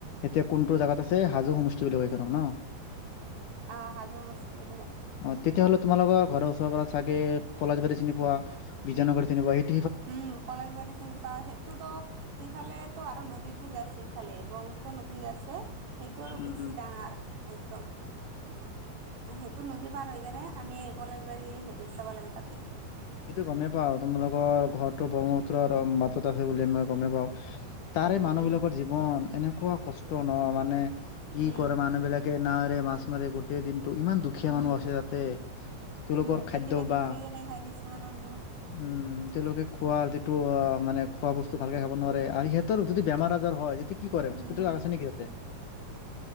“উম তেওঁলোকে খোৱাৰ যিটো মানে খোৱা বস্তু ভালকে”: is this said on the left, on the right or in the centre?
Left